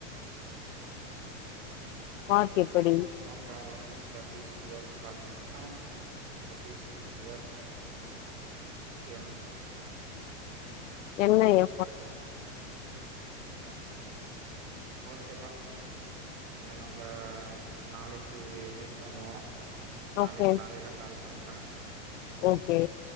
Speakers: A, on the left; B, on the right.
A: வாக்
B: ஓகே
A: எப்படி
B: no problem that is your fault a that is your விஷ்யம்
A: என்னயா
B: ஐ டோன்ட் அ ஓகேப்பா என்ன நம்ப நாளக்கி மீட் பண்ணுவோம் நாளைக்கு
A: ஓகே
B: காலையில கால் பண்றன்
A: ஓகே